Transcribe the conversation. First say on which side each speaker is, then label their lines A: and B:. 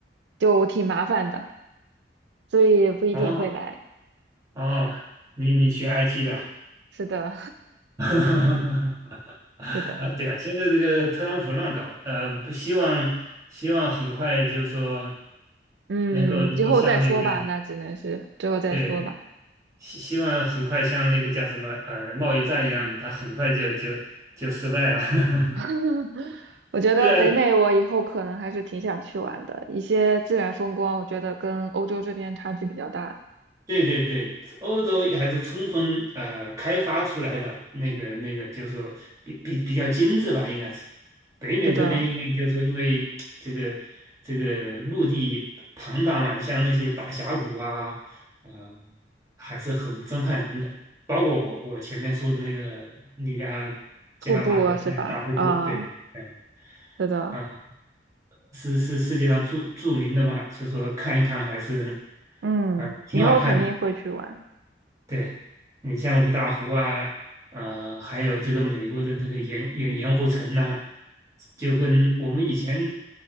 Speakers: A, on the right; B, on the right.
A: 就挺麻烦的，所以不一定会来。
B: 哦哦，你你学 IT 的啊？
A: 是的，
B: <laughs>
A: <laughs> 是的，
B: 啊，对啊，现在这个特朗普乱搞，呃，不希望希望很快就是说
A: 嗯，
B: 能够能够像那个
A: 之后再说吧，那只能是之后再说吧。
B: 对希希望很快像那个叫什么呃贸易战一样的，它很快就就就失败了。<laughs>
A: <laughs> 我觉得北美我以后可能还是挺想去玩的，
B: 对啊，
A: 一些自然风光，我觉得跟欧洲这边差距比较大。
B: 对对对，欧洲也还是充分呃开发出来的那个那个，就是说比比比较精致吧，应该是。北美这边应该就是说，
A: 是的。
B: 因为这个这个陆地庞大嘛，像那些大峡谷啊，呃，还是很震撼人的。包括我我前面说的那个尼亚
A: 瀑布啊是吧？
B: 加拉的那个大瀑布，
A: 啊，
B: 对。嗯。
A: 是的，
B: 啊，是是世界上著著名的嘛，就说看一看还是，
A: 嗯，
B: 啊，挺好看的。
A: 以后肯定会去玩。
B: 对，你像五大湖啊，呃，还有这个美国的那个盐盐盐湖城呐、就跟我们以前